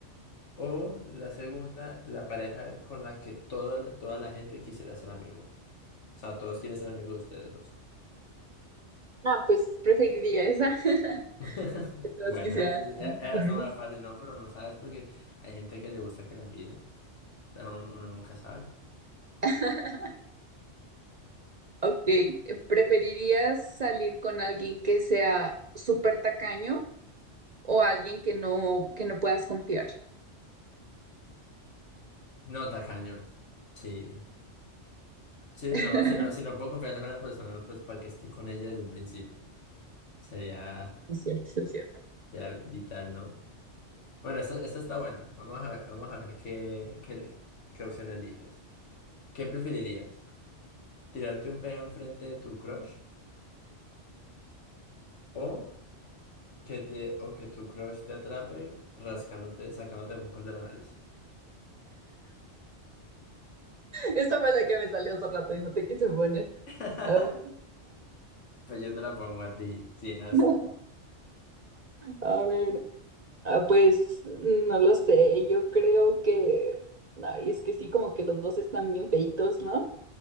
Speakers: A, on the left; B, on the right.
A: o la segunda, la pareja con la que toda, la- toda la gente quisiera ser amigo. O sea, todos quieren ser amigos de ustedes dos.
B: No, pues preferiría esa. <laughs>
A: <laughs>
B: Que todos
A: Bueno,
B: quisieran
A: está
B: ser mis amigos.
A: más fácil, ¿no? Pero no sabes porque hay gente que le gusta que la envidien. O sea, uno, uno nunca sabe.
B: <laughs> Ok, ¿preferirías salir con alguien que sea súper tacaño o alguien que no, que no puedas confiar?
A: No, tacaño. Sí. Sí,
B: <laughs>
A: no, si no, si no puedo confiar en una persona, pues para que esté con ella desde un principio. Sería,
B: Es cierto, sí es cierto.
A: sería vital, ¿no? Bueno, esta, esta está buena. Vamos a ver, vamos a ver qué, qué, qué opción eliges. ¿Qué preferirías? ¿Tirarte un pedo enfrente de tu crush? ¿O que te, o que tu crush te atrape rascándote, sacándote mocos de la nariz?
B: Esta fue la que me salió hace rato y no te quise poner.
A: <laughs>
B: A ver,
A: Pues yo te la pongo a ti, sin asco.
B: <laughs> a ver, ah, pues no lo sé, yo creo que, ay, es que sí, como que los dos están bien feitos, ¿no?